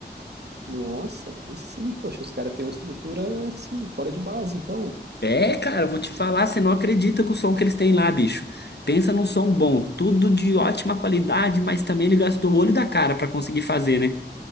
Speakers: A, on the right; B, on the left.
A: Nossa, aí sim, poxa, os caras têm uma estrutura assim, fora de base, então.
B: É, cara, eu vou te falar, você não acredita com o som que eles têm lá, bicho. Pensa num som bom, tudo de ótima qualidade, mas também ele gastou o olho da cara pra conseguir fazer, né?